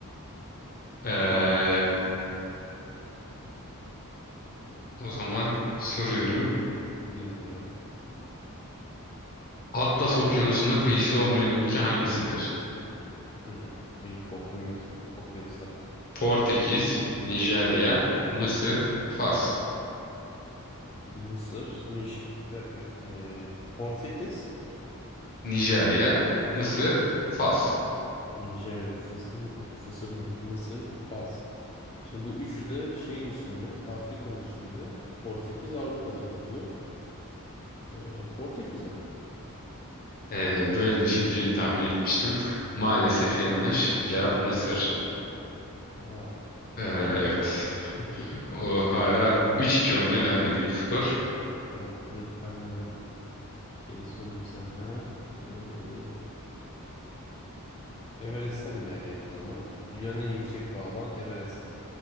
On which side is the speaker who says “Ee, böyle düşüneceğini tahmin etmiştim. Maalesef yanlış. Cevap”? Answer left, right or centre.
Left